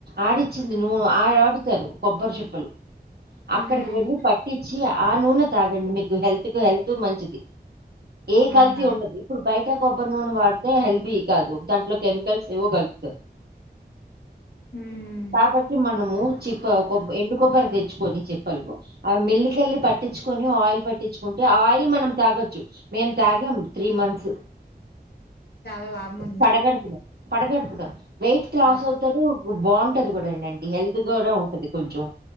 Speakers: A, on the right (about 70°); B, on the left (about 70°).
A: ఆడిచ్చింది నువ్వు ఆ ఆడుతారు కొబ్బరి చిప్పలు అక్కడికి
B: ఉమ్
A: వెళ్ళి పట్ టిచ్చి ఆ నూనె తాగండి మీకు హెల్త్ కు హెల్త్ మంచిది ఏ
B: అవునా
A: కల్తీ ఉండదు ఇప్పుడు బయట కొబ్బరి నూనె వాడితే హెల్దీ కాదు దాంట్లో కెమికల్స్ ఏవో కలుపుతారు
B: ఉమ్
A: పాపకి మనం చిప్ప ఎండు కొబ్బరి తెచ్చుకొని చిప్పలు ఆ మిల్లికెల్లి పట్టించుకొని ఆయిల్ పట్టించుకుంటే ఆ ఆయిల్ మనం తాగొచ్చు మేం తాగాం త్రీ మంత్స్
B: చాలా లాభం ఉందా
A: పడగడుపున పడగడుపుడం వెయిట్ లాస్
B: ఆ
A: అవుతారు బాగుంటది కూడా <unintelligible> హెల్త్ కూడా ఉంటది కొంచెం